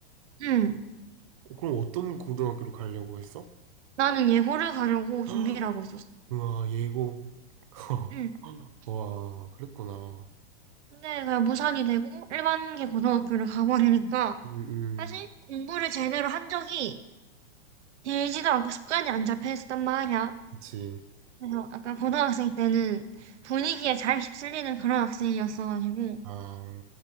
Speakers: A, on the right (about 85°); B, on the right (about 35°).
A: 음,
B: 그럼 어떤 고등학교를 가려고 했어?
A: 나는 예고를 가려고 준비를
B: <gasps>
A: 하고 있었어.
B: 우와, 예고. <laughs>
A: 음.
B: 와, 그랬구나.
A: 근데 그냥 무산이 되고 일반계 고등학교를 가버리니까
B: 음, 음,
A: 사실 공부를 제대로 한 적이 길지도 않고 습관이 안 잡혀 있었단 말이야.
B: 그치.
A: 그래서 약간 고등학생 때는 분위기에 잘 휩쓸리는 그런 학생이었어가지고
B: 아,